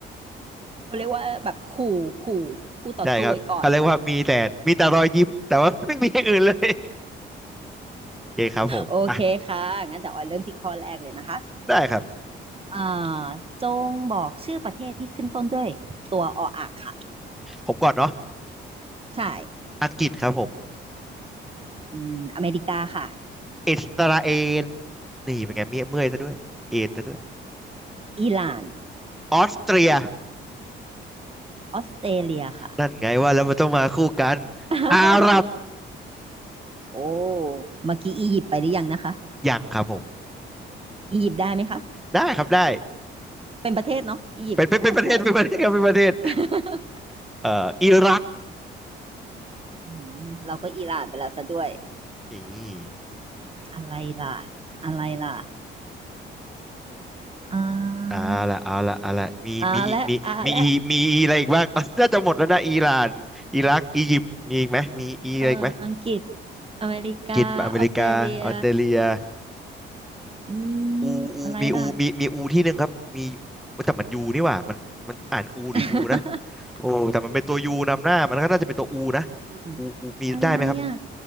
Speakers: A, on the right; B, in the centre.
A: เขาเรียกว่าแบบขู่ขู่คู่ต่อสู้ไว้ก่อน
B: ใช่ครับเขาเรียกว่ามีแต่มีแต่รอยยิ้มแต่ว่า <laughs> ไม่มีอย่างอื่นเลยโอเคครับผมอ่ะ
A: โอเคค่ะงั้นเดี๋ยวออยเริ่มที่ข้อแรกเลยนะคะ
B: ได้ครับ
A: อ่าจงบอกชื่อประเทศที่ขึ้นต้นด้วยตัวออ่างค่ะ
B: ผมก่อนเนาะ
A: ใช่
B: อังกฤษครับผม
A: อืมอเมริกาค่ะ
B: อิสราเอลนี่เป็นไงเมียเมื่อยซะด้วยเอ็นซะด้วย
A: อิหร่าน
B: ออสเตรีย
A: ออสเตรเลียค่ะ
B: นั่นไงว่าแล้วมันต้องมาคู่กัน
A: <laughs>
B: อาหรับ
A: โอ้เมื่อกี้อียิปต์ไปหรือยังนะคะ
B: ยังครับผม
A: อียิปต์ได้ไหมคะ
B: ได้ครับได้
A: เป็นประเทศเนาะอียิปต์น่าจะใช่
B: เป็นเป็นเป็นประเทศเป็นประเทศครับเป็นประเทศ
A: <laughs>
B: เอ่ออิรัก
A: อืมเราก็อิหร่านไปแล้วซะด้วย
B: นี่
A: อะไรล่ะอะไรล่ะอ่
B: เอาละเอาละเอาละมีมีมีมีมีมีมีอะไรอีกบ้าง
A: าอ่าและอ่าและ
B: <laughs> น่าจะหมดแล้วนะอิหร่านอิรักอียิปต์มีอีกไหมมีอีอะไรอีกไหม
A: เอออังกฤษอเมริกาออสเตรเลีย
B: อังกฤษอเมริกาออสเตรเลีย
A: อืม
B: อูอูมีอูมีมีอูที่หนึ่งครับมี
A: อะไรล่ะ
B: แต่มันยูนี่หว่ามันมันอ่านอูหรือยูนะ
A: <laughs>
B: โอ้แต่มันเป็นตัวยูนำหน้ามันก็น่าจะเป็นตัวอูนะ
A: อืม
B: อูอูมีได้ไหมครับ
A: อะไรอ่ะ